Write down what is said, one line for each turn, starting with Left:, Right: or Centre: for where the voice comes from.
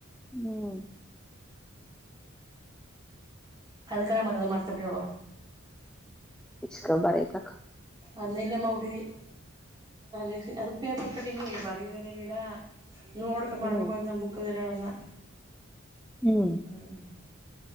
Centre: ಹ್ಮ್,
Right: ಅದಕ್ಕೆ ನಾ ಬಂದ ಮಾ <unintelligible> ಡ್ತ ಬಿ ನಡ
Centre: ಇಷ್ಟಕ ಬರ ಆಐತ <inaudible>
Right: ಅದ್ನಾ ಇಲ್ಲೇ ಮಾಡಿಬಿಟ್ಟದಿನಾರಜ <unintelligible> ಸ ಅದು ಪೇಪರ್ ಕಟ್ಟಿಂಗು ಬರಗಿರೋದೇನು ಇಲ್ಲಾ. ನೋಡ್ಕ ಮಾಡ್ಬೇಕು
Centre: ಹ್ಮ್
Right: ಅದನ್ನ ಬುಕ್ದಲ್ಲಿ ಇರದನ್ನಾ.
Centre: ಹ್ಮ್,
Right: ಹ್ಮ್,